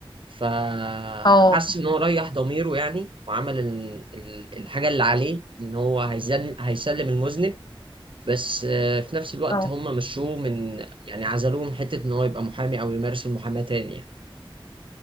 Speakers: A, on the right; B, on the left.
A: فحس
B: اه فهمك
A: إن هو ريح ضميره يعني وعمل ال- ال- الحاجة اللي عليه إن هو هيزن- هيسلم المذنب بس آه، في نفس الوقت
B: اه
A: هم مشوه من يعني عزلوه من حتة إن هو يبقى محامي أو يمارس المحاماة تاني يعني.